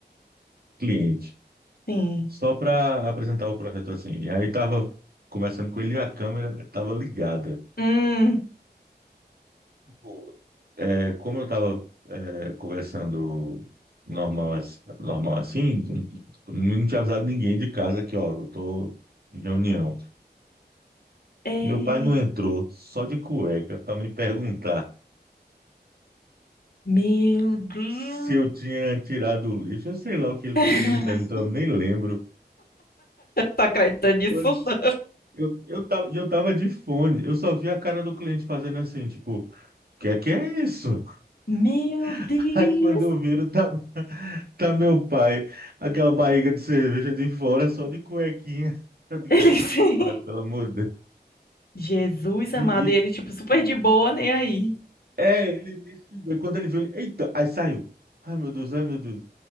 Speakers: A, on the right (about 60°); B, on the left (about 60°).
A: cliente,
B: <laughs> Sim.
A: só para apresentar o projeto assim. E aí tava conversando com ele e a câmera tava ligada.
B: Hum,
A: Pô, É, como eu tava é, conversando normal, ass- normal assim, não tinha avisado ninguém de casa que, ó, eu tô em reunião.
B: é...
A: Meu pai não entrou, só de cueca, para me perguntar
B: Meu Deus,
A: se eu tinha tirado o lixo. Eu sei lá o que ele
B: <laughs>
A: queria me perguntar, eu nem lembro.
B: Tá acreditando nisso?
A: Quando
B: não?
A: eu, eu tava, e eu tava de fone, eu só vi a cara do cliente fazendo assim, tipo, que é que é isso?
B: meu Deus.
A: <laughs> Aí quando eu viro, tá, tá meu pai, aquela barriga de cerveja de fora, só de cuequinha. <laughs> Eu digo,
B: Ele <laughs> sim.
A: pai, pelo amor de Deus.
B: Jesus
A: E,
B: amado,
A: e-
B: e ele, tipo, super
A: e-
B: de boa, nem aí.
A: é, ele, nem se- ligou. quando ele viu, ele, eita, aí saiu. Ai, meu Deus, ai, meu Deus.